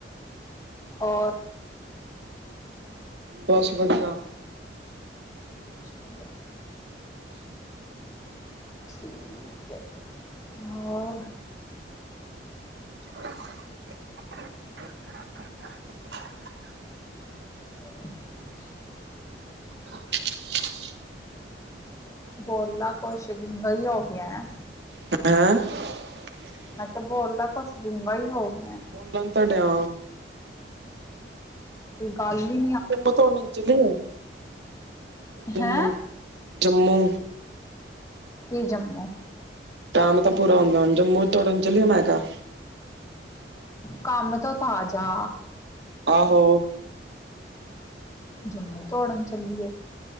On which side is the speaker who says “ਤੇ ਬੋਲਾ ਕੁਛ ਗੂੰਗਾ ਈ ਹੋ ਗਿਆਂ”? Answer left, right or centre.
Left